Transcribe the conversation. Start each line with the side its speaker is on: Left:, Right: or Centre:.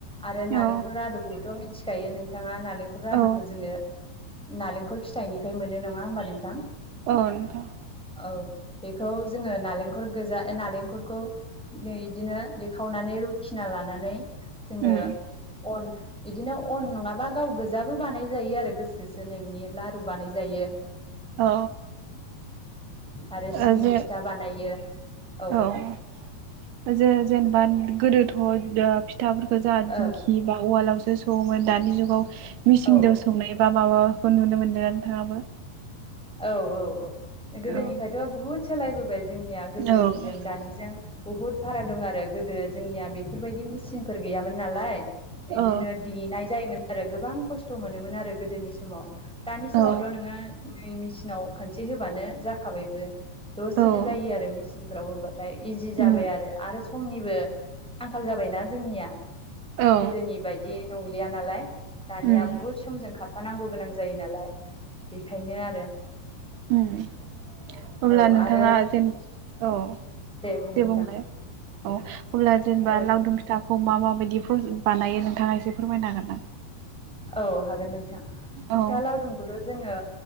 Centre: आरो नालेंखल
Right: औ
Centre: रादुखौथ' मिथि खायो नोंथाङा नालेंखल रादुखौ
Right: औ
Centre: जोङो नालेंखल फिथाइनिफ्राय मोनो नङा होमबा नोंथां?
Right: अ नोंथां।
Centre: औ बेखौ जोङो नालेंखल गोजा नालेंखरखौ इदिनो देखावनानै रुखिना लानानै जोङो
Right: उम
Centre: अन इदिनो अन नङाबा गाव गोजाबो बानायजायो आरो गोसोसो नोंनि लारु बानायजायो। यो।
Right: औ।
Centre: आरो
Right: ओ
Centre: सिबिं
Right: जे
Centre: फिथा बानायो। औ
Right: औ जो जेनेबा गोदोथ' ओ फिथाफोरखौ जाहा
Centre: औ
Right: दिंखि बा उवालावसो सौवोमोन दानि जुगाव मिसिं
Centre: औ
Right: दो सौनाय बा माबाखौ नुनो मोनदों नोंथाङाबो।
Centre: औ-औ-औ गोदोनिफ्रायथ'
Right: औ
Centre: बुहुद सोलायबोबाय जोंनिया गोदोनिजों
Right: औ
Centre: दानिजों बहुद फाराग दं आरो गोदो जोंनिया बेफोरबायदि मेचिनफोर गैयामोन नालाय।
Right: औ
Centre: इदिनो देनाय जायोमोन आरो गोबां खस्थ' मोनोमोन आरो गोदोनि समाव। दानि समावथ'
Right: औ
Centre: नोङो नै मेचिनाव खनसे होबानो जाखाबायबो। दसेनो
Right: औ
Centre: जायो आरो मेचिनफोराव होबाथाय इजि जाबाय
Right: उम
Centre: आरो आरो समनिबो आंखाल जाबायना जोंनिया
Right: औ
Centre: गोदोनि बायदि नंलिया नालाय। दानिया
Right: उम
Centre: बुहुद समजों खारफानांगौ गोनां जायो नालाय बेखायनो आरो।
Right: होम। अब्ला
Centre: औ
Right: नोंथाङा
Centre: आरो
Right: जेन औ
Centre: बुं नोंथां
Right: दे बुंलाय। औ अब्ला जेनेबा
Centre: औ
Right: लावदुम फिथाखौ मा माबायदिफ्राव बानायो नों थाङा एसे फोरमायनो हागोन नामा?
Centre: औ हागोन नोंथां
Right: औ
Centre: फिथा लावदुमखौथ' जोङो